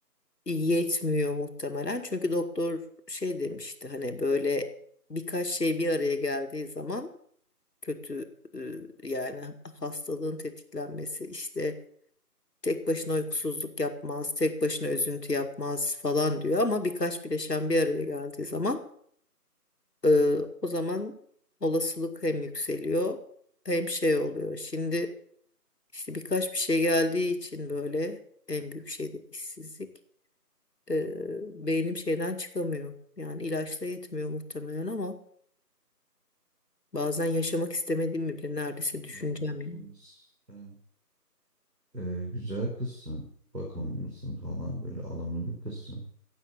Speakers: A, on the left (about 75°); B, on the right (about 80°).
A: yetmiyor muhtemelen. Çünkü doktor şey demişti hani böyle birkaç şey bir araya geldiği zaman kötü e, yani hastalığın tetiklenmesi işte Tek başına uykusuzluk yapmaz, tek başına üzüntü yapmaz falan diyor ama birkaç bileşen bir araya geldiği zaman e, o zaman olasılık hem yükseliyor hem şey oluyor. Şimdi işte birkaç bir şey geldiği için böyle en büyük şey de işsizlik. E, beynim şeyden çıkamıyor. Yani ilaçla yetmiyor muhtemelen ama bazen yaşamak istemediğimi bile neredeyse düşüneceğim
B: Ya bak şimdi
A: yani.
B: sen e, güzel kızsın, bakımlısın falan böyle alımlı bir kızsın.